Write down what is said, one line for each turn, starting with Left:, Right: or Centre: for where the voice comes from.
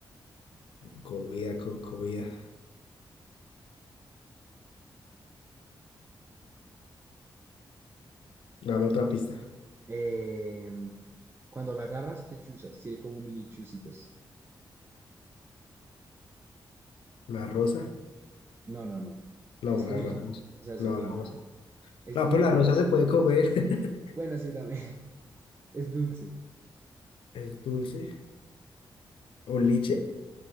Left: Comida, con comida. Dame otra pista.
Right: Eh, cuando la agarras te chuzas, tiene como mini chuzitos.
Left: ¿Una rosa?
Right: No, no, no.
Left: No,
Right: Es
Left: una
Right: comida.
Left: rosa no. es-
Right: O sea, se
Left: No,
Right: come,
Left: la rosa.
Right: ajá. Es
Left: No,
Right: dulce.
Left: pero la rosa se puede comer. <laughs>
Right: Bueno, sí, también. <laughs> Es dulce.
Left: Es dulce. ¿Un liche?